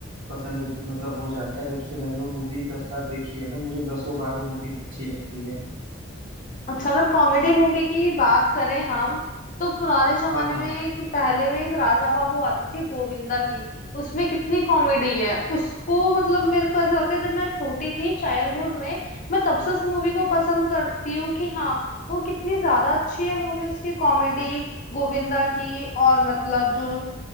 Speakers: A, on the right; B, on the left.
A: पसंद मतलब हो जाता है जब से मैंने वो मूवी दस बार देखी है ना मुझे दसों बार वो मूवी अच्छी लगती है
B: अच्छा अगर कॉमेडी मूवी की ही बात करें हम तो पुराने जमाने
A: हाँ हाँ
B: में एक पहले में एक राजा बाबू आती थी गोविंदा की उसमें कितनी कॉमेडी है उसको मतलब मेरे को ऐसा लगता है जब मैं छोटी थी चाइल्डहुड में मैं तब से उस मूवी को पसंद करती हूँ कि हाँ वो कितनी ज्यादा अच्छी है मूवी उसकी कॉमेडी गोविंदा की और मतलब जो